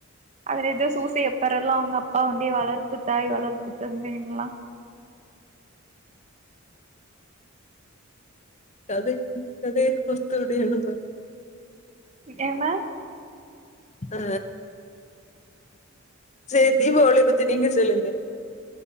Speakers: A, on the right; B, on the left.
A: அதுல எதோ சூசையப்பர் எல்லா அவங்க அப்பா வண்டி வளர்ப்பு தாய் வளர்ப்பு தந்தைன்ல்லா
B: <inaudible>
A: என்ன
B: ஆ சரி தீபாவளிய பத்தி நீங்க சொல்லுங்க